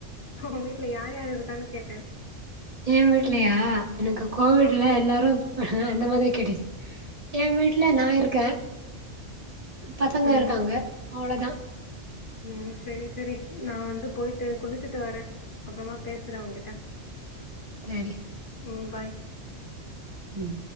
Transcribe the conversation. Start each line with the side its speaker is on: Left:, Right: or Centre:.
Left: உங்க வீட்ல யார் யாரு இருக்கான்னு கேட்ட
Right: எ வீட்லையா எனக்கு கோவிட்ல
Left: ஆமா
Right: எல்லாரு அந்த மாதிரி கேட்டுச்சு எ வீட்ல நா இருக்க பசங்க
Left: ம்
Right: இருக்காங்க அவ்ளதா
Left: ம் சரி சரி நா வந்து போய்ட்டு குளிச்சுட்டு வர அப்பறமா பேசற ஒகிட்ட
Right: சரி
Left: ம் பாய்
Right: ம்